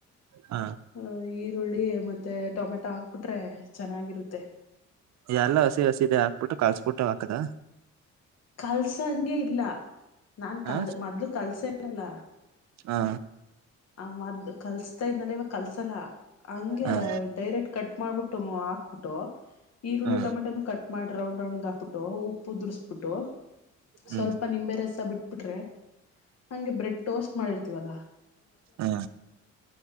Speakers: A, on the right; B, on the left.
A: ಹ
B: ಆ ಈರುಳ್ಳಿ ಮತ್ತೆ ಟೊಮೆಟೊ ಹಾಕ್ಬಿಟ್ರೆ ಚೆನ್ನಾಗಿರುತ್ತೆ
A: ಎಲ್ಲ ಹಸಿ ಹಸದೆ ಹಾಕ್ಬಿಟ್ಟು ಕಳ್ಸ್ಬಿಟ್ಟು ಹಾಕದ
B: ಕಲ್ಸ ಹಂಗೆ ಇಲ್ಲ ನಾನ್ ಕಲ್
A: ಹ
B: ಮೊದ್ಲು ಕಲ್ಸ ಇರಲ್ಲ
A: ಹಾ
B: ಆ ಮದ ಕಲ್ಸ್ತಾ ಇದ್ನಲ್ಲ ಇವ ಕಲ್ಸಲ್ಲ ಹಂಗೆ
A: ಹ
B: ಡೈರೆಕ್ಟ್ ಕಟ್ ಮಾಡ್ಬಿಟ್ಟ ಹಾಕ್ಬಿಟ್ಟು ಈರುಳ್ಳಿಟೊಮೆಟೋನು
A: ಹ್ಮ್
B: ಕಟ್ಟ ಮಾಡಿ ರೌಂಡ್ ರೌಂಡ್ ಆಗ್ಬಿಟ್ಟು ಉಪ್ಪು ದುರಿಸಸ್ಬಿಟ್ಟು
A: ಹ್ಮ್
B: ಸ್ವಲ್ಪ ನಿಂಬೆ ರಸ ಬಿಟ್ಟ ಹಾಕ್ಬಿಟ್ರೆ ಹಗೆ ಬ್ರೆಡ್ ಟೋಸ್ಟ್ ಮಾಡಿರ್ತೀವಲ್ಲ
A: ಹಾ